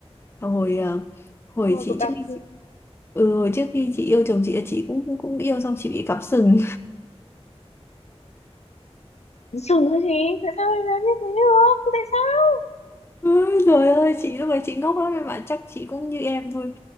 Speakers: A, on the left; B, on the left.
A: hồi ờ, hồi
B: nhưng mà
A: chị
B: cũng đau
A: trước khi
B: thương
A: chị ừ, hồi trước khi chị yêu chồng chị chị cũng cũng cũng yêu xong chị bị cắm sừng
B: sừng thôi chị tại sao lại làm như thế được tại sao
A: Ôi trời ơi chị lúc đấy chị ngốc lắm em ạ chắc chị cũng như em thôi